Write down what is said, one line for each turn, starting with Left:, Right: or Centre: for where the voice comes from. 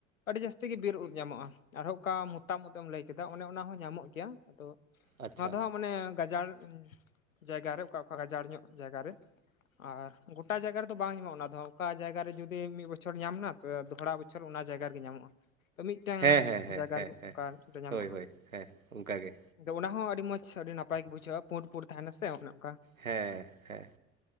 Left: ᱟᱹᱰᱤ ᱡᱟᱹᱥᱛᱤ ᱜᱮ ᱵᱤᱨ ᱩᱫᱽ ᱧᱟᱢᱚᱜ-ᱟ᱾ ᱟᱨᱦᱚᱸ ᱚᱠᱟ ᱢᱚᱛᱟᱢ ᱩᱫᱽ ᱮᱢ ᱞᱟᱹᱭ ᱠᱮᱫᱟ, ᱚᱱᱮ ᱚᱱᱟ ᱦᱚᱸ ᱧᱟᱢᱚᱜ ᱜᱮᱭᱟ᱾ ᱟᱫᱚ
Right: ᱟᱪᱪᱷᱟ
Left: ᱱᱚᱣᱟ ᱫᱚ ᱦᱟᱸᱜ ᱢᱟᱱᱮ ᱜᱟᱡᱟᱲ ᱡᱟᱭᱜᱟ ᱨᱮ, ᱚᱠᱟ ᱚᱠᱟ ᱜᱟᱡᱟᱲ ᱧᱚᱜ ᱡᱟᱭᱜᱟ ᱨᱮ ᱟᱨ ᱜᱚᱴᱟ ᱡᱟᱭᱜᱟ ᱨᱮᱫᱚ ᱵᱟᱝ ᱧᱟᱢᱚᱜ-ᱟ ᱚᱱᱟ ᱫᱚ᱾ ᱚᱠᱟ ᱡᱟᱭᱜᱟ ᱨᱮ ᱡᱩᱫᱤ ᱢᱤᱫ ᱵᱚᱪᱷᱚᱨ ᱧᱟᱢᱱᱟ ᱛᱚ ᱫᱚᱦᱚᱲᱟ ᱵᱚᱪᱷᱚᱨ ᱵᱚᱪᱷᱚᱨ ᱚᱱᱟ ᱡᱟᱭᱜᱟ ᱨᱮᱜᱮ ᱧᱟᱢᱚᱜᱼᱟ᱾ ᱛᱚ ᱢᱤᱫᱴᱟᱝ
Right: ᱦᱮᱸ ᱦᱮᱸ ᱦᱮᱸ
Left: ᱡᱟᱭᱜᱟ
Right: ᱦᱮᱸ
Left: ᱨᱮᱜᱮ,
Right: ᱦᱮᱸ
Left: ᱚᱠᱟ ᱨᱮ ᱪᱚ ᱧᱟᱢᱚᱜ-ᱟ
Right: ᱦᱳᱭ
Left: ᱾ᱦᱟᱸᱜ
Right: ᱦᱳᱭ ᱦᱮᱸ ᱚᱱᱠᱟ ᱜᱮ
Left: ᱟᱫᱚ ᱚᱱᱟ ᱦᱚᱸ ᱟᱹᱰᱤ ᱢᱚᱸᱡᱽ, ᱟᱹᱰᱤ ᱱᱟᱯᱟᱭ ᱜᱮ ᱵᱩᱡᱷᱟᱹᱜ-ᱟ᱾ ᱯᱩᱸᱰ ᱯᱩᱸᱰ ᱛᱟᱸᱦᱮᱱᱟ ᱥᱮ ᱚᱱᱮ ᱚᱱᱠᱟ
Right: ᱦᱮᱸ ᱦᱮᱸ